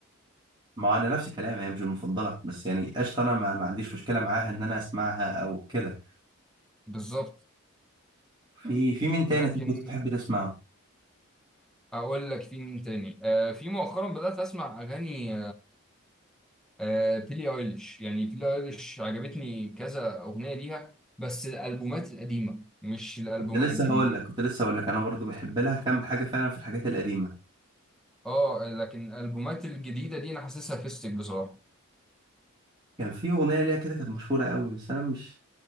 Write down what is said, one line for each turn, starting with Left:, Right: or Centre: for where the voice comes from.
Right: ما انا نفس الكلام هي مش المفضله بس يعني قشطه انا ما, ما عنديش مشكله معاها ان انا اسمعها او كده
Centre: بالظبط
Right: في في مين تاني
Centre: لكن
Right: طب كنت بتحب تسمعه
Centre: اقول لك في مين تاني آه في مؤخرا بدات اسمع اغاني آه بيلي ايليش يعني بيلي ايليش عجبتني كذا اغنيه ليها بس الالبومات القديمه مش الالبومات
Right: كنت لسه
Centre: الجديده
Right: هقول لك كنت لسه هقول لك انا برضو بحب لها كام حاجه فعلا في الحاجات القديمه
Centre: اه لكن الالبومات الجديده دي انا حاسسها فيستك بصراحه
Right: كان في اغنيه ليها كده كانت مشهوره قوي بس انا مش